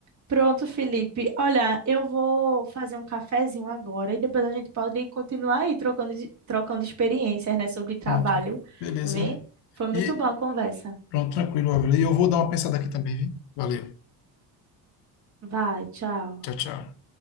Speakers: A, on the right (about 40°); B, on the left (about 75°).
A: Pronto, Felipe. Olha, eu vou fazer um cafezinho agora e depois a gente pode continuar aí trocando, trocando experiências, né, sobre trabalho.
B: Pronto. Beleza.
A: Vem? Foi muito
B: E,
A: boa a conversa.
B: Pronto, tranquilo, Ávila. E eu vou dar uma pensada aqui também, viu? Valeu.
A: Vai, tchau.
B: Tchau, tchau.